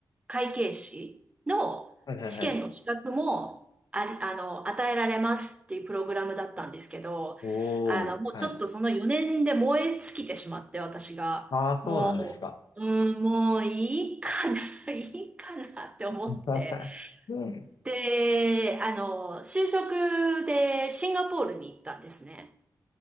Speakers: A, on the right; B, on the left.
A: 会計士の試験の資格も、
B: はい、はい、はい。
A: あ、あの、与えられますっていうプログラムだったんですけど、
B: おー、
A: あの、もうちょっとその4年で燃え尽きてしまって、
B: はい。
A: 私が。
B: ああ、そうなんですか。
A: もううん、もういいかな、<laughs> いいかなって思って。
B: <laughs> うん。
A: で、あの、就職でシンガポールに行ったんですね。